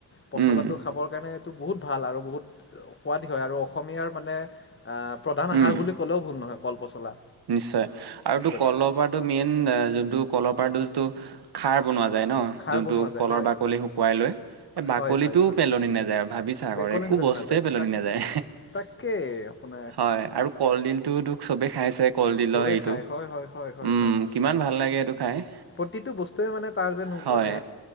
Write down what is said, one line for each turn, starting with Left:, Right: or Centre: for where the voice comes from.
Left: পচলাটো
Right: উম
Left: খাবৰ কাৰণে, টো বহুত ভাল আৰু বহুত সোৱাদ হয় আৰু অসমীয়াৰ মানে আ, প্ৰধান আহাৰ
Right: উম
Left: বুলি ক'লেও ভুল নহয়, কল পচলা।
Right: নিশ্চয় আৰু টো
Left: গতি
Right: কলৰ পৰাটো মেইন, যোনটো কল পৰাটো টো খাৰ বনোৱা যায় ন
Left: খাৰ
Right: যোনটো
Left: বনোৱা যায়
Right: কলৰ
Left: হয়
Right: বাকলি শুকুৱাই লৈ, সেই বাকলিটো
Left: হয় হয় হয়
Right: পেলনি নাযায় আৰু ভাবিছা
Left: বেকলে
Right: কৰে একো
Left: নিব
Right: বস্তুৱে
Left: নাযায়
Right: পেলনি
Left: তাক
Right: নাযায়,
Left: তাকেই আপোনাৰ
Right: হয় আৰু কলডিলটো টো চবেই খাইছে। কলডিলৰ
Left: চবেই
Right: হেইটো
Left: খায়
Right: উম,
Left: হয় হয় হয় হয় হয়
Right: কিমান ভাল লাগে এইটো খাই।
Left: প্ৰতিটো বস্তুৱে মানে তাৰ যেন
Right: হয়
Left: মানে,